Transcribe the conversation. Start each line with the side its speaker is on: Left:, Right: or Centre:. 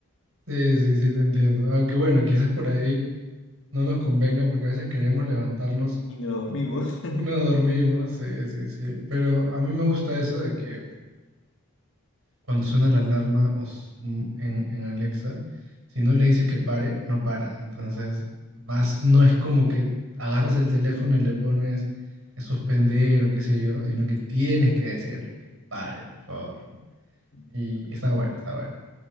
Right: Sí, sí, sí, te entiendo. Aunque bueno, quizás por ahí no nos convenga porque a veces queremos levantarnos
Left: Y nos dormimos.
Right: y nos dormimos. Sí, sí, sí. Pero a mí me gusta eso de que cuando suena la alarma o s- mm, en, en Alexa, si no le dices que pare, no para. Entonces, vas, no es como que agarras el teléfono y le pones a suspender o qué sé yo, sino que tienes que decirle que pare, por favor, ¿no?
Left: <laughs>
Right: Y está bueno, está bueno.